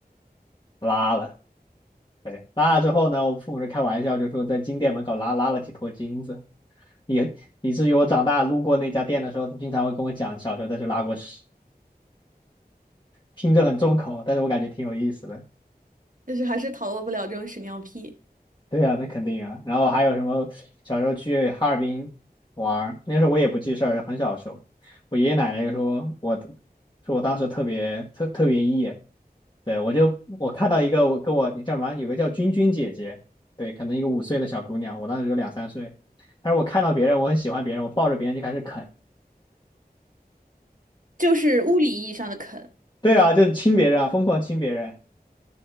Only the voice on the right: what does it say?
就是还是逃脱不了这种屎尿屁，
就是物理意义上的啃。